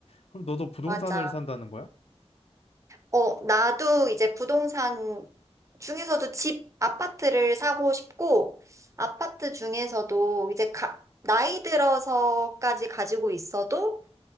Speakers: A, on the left; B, on the right.
A: 그럼 너도 부동산을
B: 맞아.
A: 산다는 거야?
B: 어, 나도 이제 부동산 중에서도 집, 아파트를 사고 싶고, 아파트 중에서도 이제 가, 나이 들어서까지 가지고 있어도